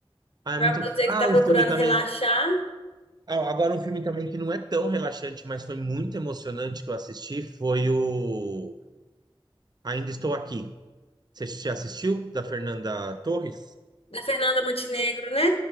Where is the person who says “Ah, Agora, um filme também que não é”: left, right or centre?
Right